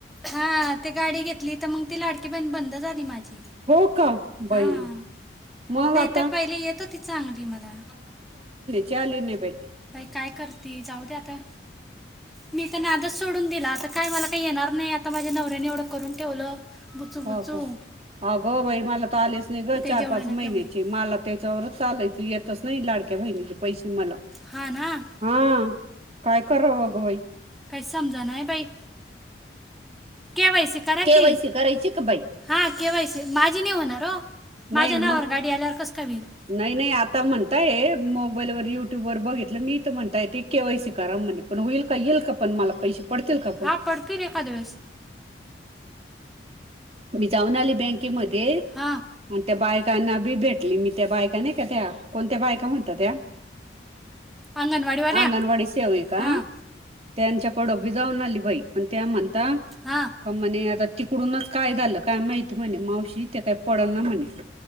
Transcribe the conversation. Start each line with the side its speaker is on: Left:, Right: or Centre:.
Centre: हां ते गाडी घेतली तर मग ती पण बंद झाली माझी
Right: हो का बाई
Centre: हां.
Right: मग
Centre: नाही
Right: आता
Centre: तर पहिले येत होती चांगली मला.
Right: चालेना बाई.
Centre: काय करती जाऊ दे आता मी तर नादच सोडून दिला आता काय मला काही येणार नाही, आता माझ्या नवऱ्याने एवढं करून ठेवलं बुचू-बुचू
Right: हो का अगं बाई मला तर आलेच नाही ग चार,
Centre: जेवढे
Right: पाच
Centre: ना
Right: महिन्याचे
Centre: तेवढे
Right: मला त्याच्यावरच चालायच येतच नाही लाडकी लाडक्या बहिणीचे पैसे मला
Centre: हा ना
Right: हां काय कराव गं बाई?
Centre: काय समजना इ बाई. के वाय सी करा
Right: केवायसी
Centre: की
Right: करायची का बाई?
Centre: हा केवायसी माझी नाही होणार हो, माझ्या
Right: नाही
Centre: नावावर
Right: मग
Centre: गाडी आल्यावर कसं काय होईल?
Right: नाही नाही आता म्हणताय मोबाईल वर युट्यूब वर बघितलं मी तर म्हणताय ते केवायसी करा म्हणे. पण होईल का येईल का पण मला पैसे? पडतील का पण
Centre: हा पडती देेखादया दिवस.
Right: मी जाऊन आली बँकेमध्ये आणि
Centre: हा
Right: त्या बाय कना बी भेटली मी त्या बायका नाही का, त्या कोणत्या बायका म्हणता त्या?
Centre: अंगणवाडीवाल्या
Right: अंगणवाडी सेविका
Centre: हा
Right: त्यांच्याकडं बी जाऊन आली बाई, पण त्या म्हणता
Centre: हा
Right: का म्हणे आता तिकडूनच काय झालं काय माहिती म्हणे, मावशी ते काय पडना म्हणे